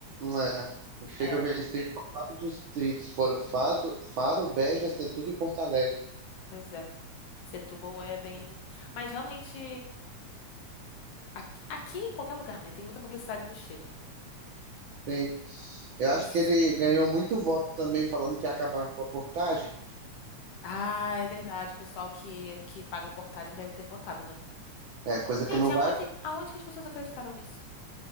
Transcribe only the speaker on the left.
É,
pois é. Setúbal é bem. Mas realmente, aqui, aqui em qualquer lugar, né? Tem muita publicidade do Chega.
Esse-
Ah, é verdade. O pessoal que, que paga portagem deve ter votado, né?
Gente,
aonde,
aonde que as pessoas acreditaram nisso?